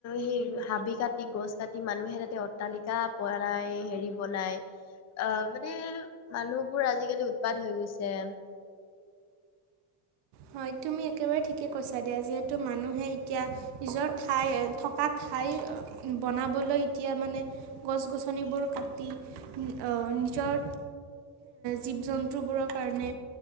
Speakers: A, on the left (about 35°); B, on the right (about 55°).
A: সেই হাবি কাটি গছ কাটি মানুহে তাতে অট্টালিকা পোৱা লাই হেৰি বনাই অ মানে মানুহবোৰ আজিকালি উৎপাত হৈ গৈছে
B: হয় তুমি একেবাৰে ঠিকে কৈছা দিয়া যিহেতু মানুহে এতিয়া নিজৰ ঠাই থকা ঠা ঠাই বনাবলৈ এতিয়া মানে গছ গছনিবোৰ কাটি উম অ নিজৰ জীৱ জন্তুবোৰৰ কাৰণে